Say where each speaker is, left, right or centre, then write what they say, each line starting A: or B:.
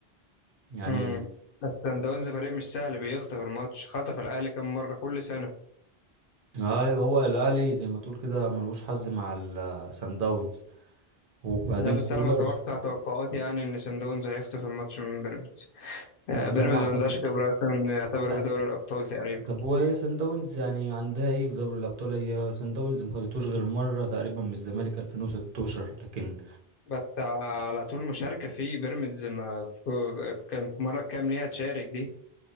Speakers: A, on the right; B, on the left.
A: يعني
B: امم بس سان داونز فريق مش سهل بيخطف الماتش خطف الاهلي كام مرة كل سنة
A: ايوه هو الاهلي زي ما تقول كده ملوش حظ مع السان داونز وبعدين
B: لا بس
A: كولر
B: انا متوقع توقعاتي يعني ان سان داونز هيخطف الماتش من بيراميدز آه،
A: لما
B: بيراميدز
A: اعتقد
B: ما عندهاش خبرة أصلاً يعتبر
A: أ-
B: في دوري الابطال تقريبا
A: طب وهي سان داونز يعني عندها ايه في دوري الابطال هي سان داونز ما خدتوش غير مره تقريبا من الزمالك 2016 لكن
B: بس على طول مشاركة في بيراميدز ما في كم مرة كام ليها تشارك دي